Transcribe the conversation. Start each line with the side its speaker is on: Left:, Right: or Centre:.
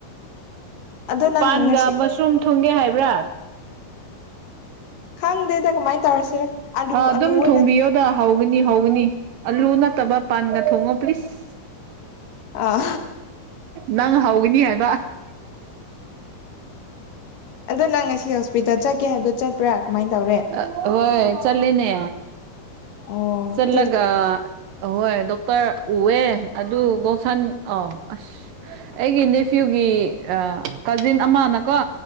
Left: ꯑꯗꯣ ꯅꯪ
Right: ꯄꯥꯟꯒꯥ
Left: ꯉꯁꯤ
Right: ꯃ꯭ꯁꯔꯨꯝ ꯊꯨꯡꯒꯦ ꯍꯥꯏꯕ꯭ꯔꯥ
Left: ꯈꯪꯗꯦꯗ ꯀꯃꯥꯏꯅ ꯇꯧꯔꯁꯤꯔ ꯑꯂꯨ
Right: ꯑ ꯑꯗꯨꯝ
Left: ꯑꯂꯨ ꯑꯣꯏꯅ
Right: ꯊꯣꯡꯕꯤꯌꯣꯗ ꯍꯧꯒꯅꯤ ꯍꯧꯒꯅꯤ ꯑꯂꯨ ꯅꯠꯇꯕ ꯄꯥꯟꯒ ꯊꯣꯡꯉꯣ ꯄ꯭ꯂꯤꯖ
Left: ꯑꯥ
Right: ꯅꯪ ꯍꯧꯒꯅꯤ ꯍꯥꯏꯕ
Left: ꯑꯗꯨ ꯅꯪ ꯉꯁꯤ ꯍꯣꯁꯄꯤꯇꯥꯜ ꯆꯠꯀꯦ ꯍꯥꯏꯕꯗꯣ ꯆꯠꯄ꯭ꯔꯥ ꯀꯃꯥꯏ ꯇꯧꯔꯦ
Right: ꯑ ꯍꯣꯏ ꯆꯠꯂꯤꯅꯦ
Left: ꯑꯣ
Right: ꯆꯠꯂꯒ
Left: ꯑꯗꯨ
Right: ꯑꯍꯣꯏ ꯗꯣꯛꯇ꯭ꯔ ꯎꯋꯦ ꯑꯗꯨ ꯒꯣꯁꯟ ꯑꯥꯎ ꯑꯁ ꯑꯩꯒꯤ ꯅꯦꯐ꯭ꯌꯨꯒꯤ ꯑ ꯀꯖꯤꯟ ꯑꯃꯅ ꯀꯣ